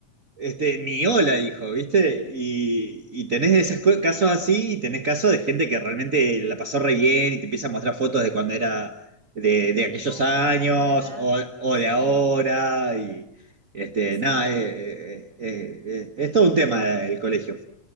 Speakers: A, on the right; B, on the right.
A: Este, ni hola, dijo, ¿viste? Y, y tenés de esos co- casos así y tenés casos de gente que realmente la pasó re bien y te empieza a mostrar fotos de cuando era de, de aquellos
B: Jóvenes
A: años
B: de esa edad.
A: o, o
B: Sí,
A: de ahora. Y este,
B: sí.
A: nada, eh, eh, eh, eh, es todo un tema el colegio.